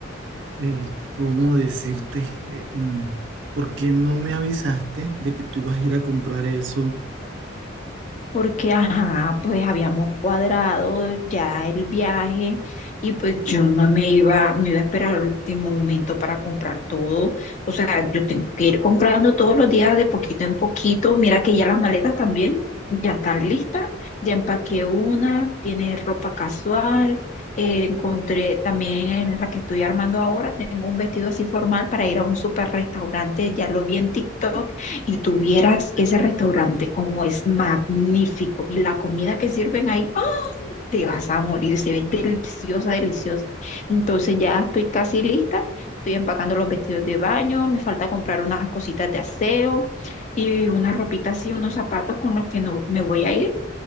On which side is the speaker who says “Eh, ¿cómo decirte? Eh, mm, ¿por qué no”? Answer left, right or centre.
Right